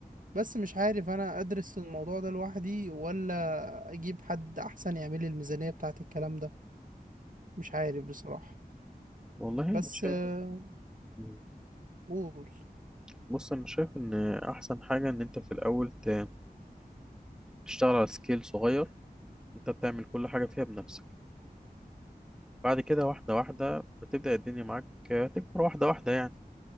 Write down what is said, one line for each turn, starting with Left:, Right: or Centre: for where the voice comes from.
Right: بس مش عارف انا ادرس الموضوع ده لوحدي ولا اجيب حد احسن يعمل لي الميزانية بتاعت الكلام ده مش عارف بصراحة
Centre: والله
Right: بس
Centre: أنا شايف
Right: آه،
Centre: مم.
Right: قول
Centre: بص أنا شايف إن أحسن حاجة إن أنت في الأول ت- تشتغل على سكيل صغير أنت بتعمل كل حاجة فيها بنفسك بعد كده واحدة واحدة بتبدأ الدنيا معاك تكبر واحدة واحدة يعني